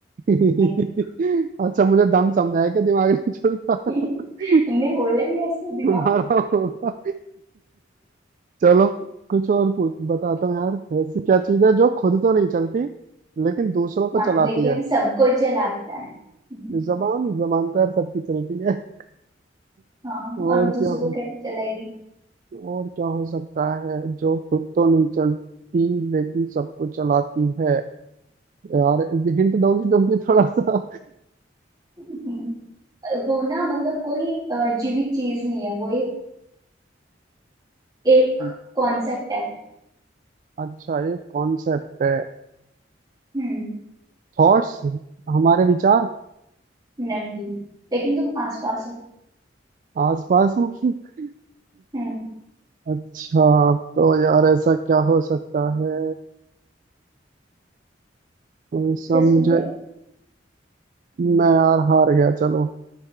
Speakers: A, on the right; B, on the right.
A: <laughs>
B: नहीं
A: अच्छा मुझे दम समझाया कि दिमाग नहीं चलता <laughs>
B: नहीं <laughs> तुमने बोला ही ऐसा दिमाग
A: तुम्हारा होगा चलो कुछ और पू- बताता हूँ यार ऐसी क्या चीज है जो खुद तो नहीं चलती लेकिन दूसरों को
B: हाँ
A: चलाती
B: लेकिन
A: है
B: सबको चलाता है हम्म,
A: जबान जबान तो यार सबकी चलती है <laughs>
B: हाँ
A: और
B: और दूसरों
A: क्या
B: को कैसे चलाएगी
A: और क्या हो सकता है जो खुद तो नहीं चलती लेकिन सबको चलाती है यार हिंट दोगी तुम भी थोड़ा सा
B: हम्म, वो ना मतलब कोई अ, जीवित चीज नहीं है वो एक
A: <laughs>
B: कॉन्सेप्ट है
A: अच्छा एक कॉन्सेप्ट है
B: हम्म
A: थॉट्स हमारे विचार
B: नहीं लेकिन तुम आसपास हो
A: आसपास हूँ <laughs>
B: हम्म
A: अच्छा तो यार ऐसा क्या हो सकता है तो ये सब
B: जस्ट
A: मुझे
B: मुझे
A: मैं यार हार गया चलो